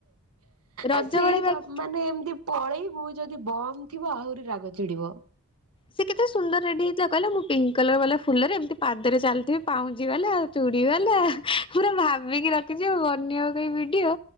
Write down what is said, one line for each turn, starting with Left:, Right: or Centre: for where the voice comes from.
Left: ରଜ
Right: ଆ ସେଇ
Left: ବେଳେ
Right: ତ
Left: ବାକି
Right: ମାନେ ଏମିତି ପଳେଇବୁ ଯଦି ବନ୍ଦ ଥିବ ଆହୁରି ରାଗ ଚିଡିବ।
Left: ସେ କେତେ ସୁନ୍ଦର ରେଡି ହେଇଥିଲା କହିଲା ମୁଁ ପିଙ୍କ୍ କଲର୍ ବାଲା ଫୁଲରେ ଏମତି ପାଦରେ ଚାଲିଥି ପାଉଁଜି ବାଲା ଆଉ ଚୁଡି ବାଲା ପୁର ଭାବିକି ରଖିଛି ଆଉ ବନିବ କାହିଁ ଭିଡିଓ।